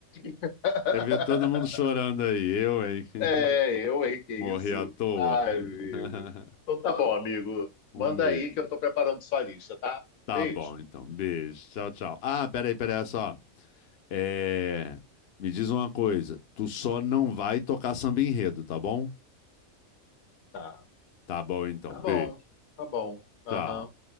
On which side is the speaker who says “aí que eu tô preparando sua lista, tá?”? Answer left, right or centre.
Left